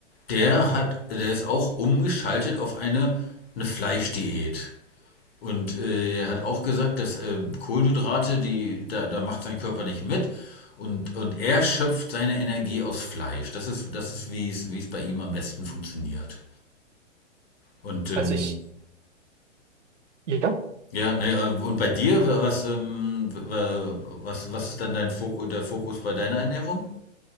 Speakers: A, on the left; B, on the right.
A: der hat, der ist auch umgeschaltet auf eine, eine Fleischdiät. Und äh, er hat auch gesagt, dass äh, Kohlenhydrate, die, da, da macht sein Körper nicht mit. Und, und er schöpft seine Energie aus Fleisch. Das ist, das ist wie es, wie es bei ihm am besten funktioniert. Und ähm,
B: Also ich, ja,
A: ja, ne, äh, und bei dir, wa- was, ähm, wa- was, was ist dann dein Fokus, der Fokus bei deiner Ernährung?